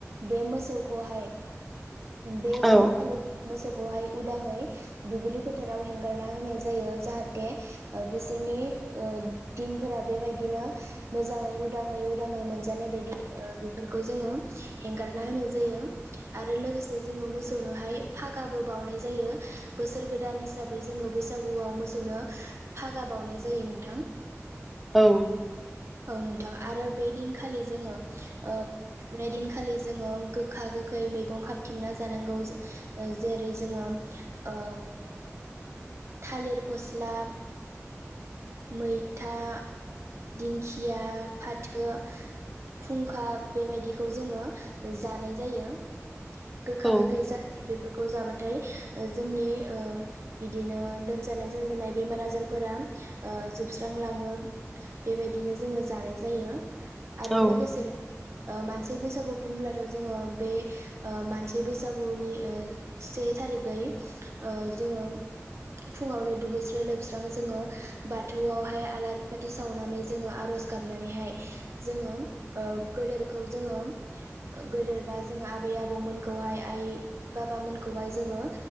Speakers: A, on the right; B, in the centre.
A: बे मोसौखौहाय बे
B: औ
A: सानखालि मोसौखौहाय उदाङै दुब्लि फोथाराव हेंगारना होनाय जायो जाहाथे ओ बिसोरनि ओ दिनफोरा बेबायदिनो मोजाङै उदाङै उदाङै मोनजानाय बायदि ओ बेफोरखौ जोङो हेंगारना होनाय जायो। आरो लोगोसे जोङो मोसौनोहाय फागाबो बावनाय जायो बोसोर गोदान हिसा- बै जोङो बैसागुआव मोसौनो फागा बावनाय जायो नोंथां।
B: औ
A: औ नोंथां आरो बे दिनखालि जोङो ओ बै दिनखालि जोङो गोखा-गोखै मैगं खाबथिंना जानांगौ। ओ जेरै जोङो ओ थालिर फस्ला मैथा, दिंखिया, फाथो खुंखा बेबायदिखौ जोङो जानाय जायो। गोखा-गोखै
B: औ
A: जायो बेफोरखौ जाबाथाय जोंनि ओ बिदिनो लोमजानाय साजानाय बेमार आजारफोरा ओ जोबस्रांलाङो। बेबायदिनो जोङो जानाय जायो। आरो
B: औ
A: लोगोसेनो ओ मानसि बैसागु बुंब्लाथ' जोङो बे ओ मानसि बैसागुनि ओ से थारिखै ओ जोङो फुङावनो दुगैस्रो लोबस्रां जोङो बाथौआवहाय आलारि बाथि सावनानै जोङो आर'ज गाबनानैहाय जोङो ओ गोदोरखौ जोङो गोदोरबा जोङो आबै-आबौ मोनखौहाय आइ-बाबा मोनखौहाय जोङो